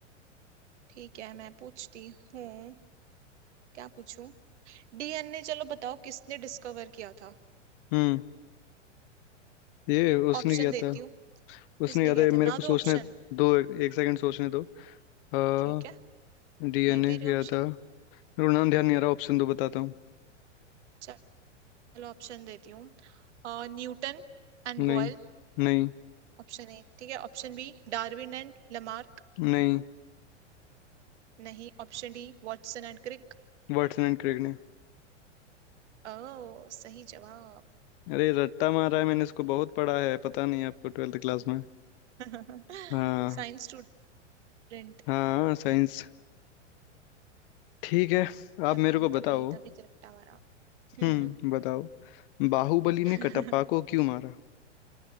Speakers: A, on the right; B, on the left.
A: ठीक है मैं पूछती हूँ क्या पूछूं डीएनए चलो बताओ किसने डिस्कवर किया था
B: हम्म ये उसने
A: ऑप्शन
B: किया
A: देती
B: था
A: हूँ
B: उसने
A: किसने
B: किया
A: किया
B: था ये मेरे
A: था ना
B: को सोचने
A: दो ऑप्शन
B: दो एक एक सेकंड सोचने दो हाँ
A: ठीक है
B: डीएनए
A: नहीं दे रही
B: किया
A: ऑप्शन
B: था मेरे को नाम ध्यान नहीं आ रहा ऑप्शन दो बताता हूँ
A: चलो ऑप्शन देती हूँ अ, Newton and
B: नहीं
A: Boyle
B: नहीं
A: Option A ठीक है option B Darwin and Lamarck
B: नहीं
A: नहीं option D Watson and Crick
B: वाटसन एंड क्रिक ने
A: ओ सही जवाब
B: अरे रट्टा मारा है मैंने इसको बहुत पढ़ा है पता नहीं आपको ट्वेल्थ क्लास में
A: <laughs>
B: हाँ
A: Science student
B: हाँ साइंस ठीक है आप
A: तभी
B: मेरे को बताओ
A: तभी तभी तो रट्टा मारा हम्म
B: हम्म बताओ बाहुबली ने
A: <laughs>
B: कटप्पा को क्यों मारा